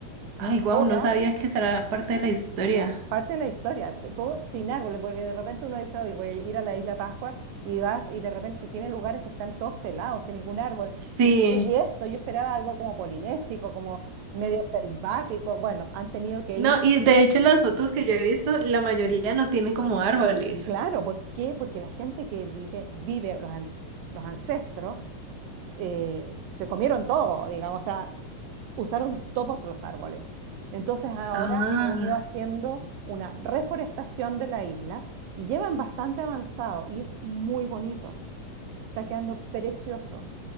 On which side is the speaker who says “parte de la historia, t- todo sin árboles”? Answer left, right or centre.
Right